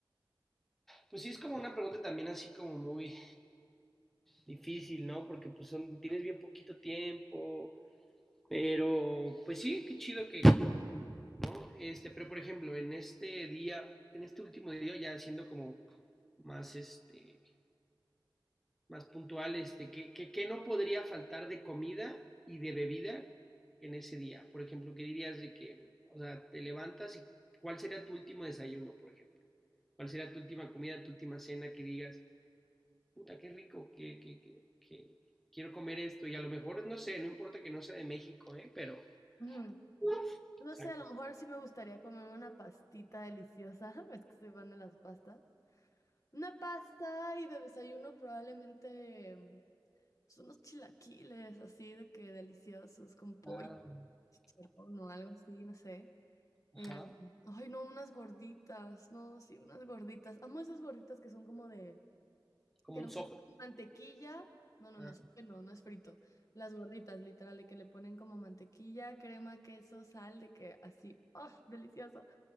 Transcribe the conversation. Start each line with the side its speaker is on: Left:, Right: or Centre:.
Centre: Pues sí, es como una pregunta también así como muy difícil, ¿no? Porque pues son, tienes bien poquito tiempo, pero pues sí, qué chido que, ¿no? Este, pero por ejemplo, en este día, en este último día, ya siendo como más, este, más puntual, este, ¿qué, qué, qué no podría faltar de comida y de bebida en ese día? Por ejemplo, ¿qué dirías de que, o sea, te levantas y cuál sería tu último desayuno, por ejemplo? ¿Cuál sería tu última comida, tu última cena que digas, puta, qué rico, que, que, que, que quiero comer esto? Y a lo mejor, no sé, no importa que no sea de México, ¿eh? Pero,
Left: Ujú.
Centre: o
Left: No
Centre: sea,
Left: sé, a lo mejor sí me gustaría comerme una pastita deliciosa. <laughs> Es que soy fan de las pastas. Una pasta y de desayuno probablemente mm, pues, unos chilaquiles así de que deliciosos con pollo,
Centre: claro,
Left: chicharrón o algo así, no sé. Eh,
Centre: ajá,
Left: ay, no, unas gorditas, no, sí, unas gorditas. Amo esas gorditas que son como de,
Centre: como
Left: que no
Centre: un sopa,
Left: <laughs> ponen mantequilla. No, no,
Centre: ah,
Left: no, son- no, no es frito. Las gorditas, literal, de que le ponen como mantequilla, crema, queso, sal, de que así, ¡oh, delicioso!